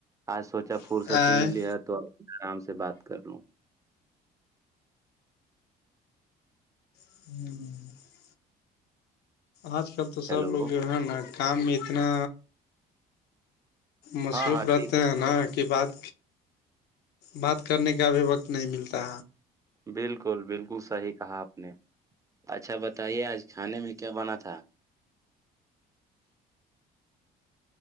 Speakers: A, on the right; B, on the left.
A: آج سوچا فرصت
B: دم
A: ملی ہے تو اب آرام سے بات کر لوں
B: ہوں آج کل تو
A: ہیلو
B: سب لوگ جو ہے نا کام میں اتنا مصروف
A: ہاں ہاں
B: رہتے
A: ٹھیک
B: ہیں نا کہ بات بات کرنے کا ابھی وقت نہیں ملتا
A: بالکل بالکل صحیح کہا آپ نے اچھا بتائیے آج کھانے میں کیا بنا تھا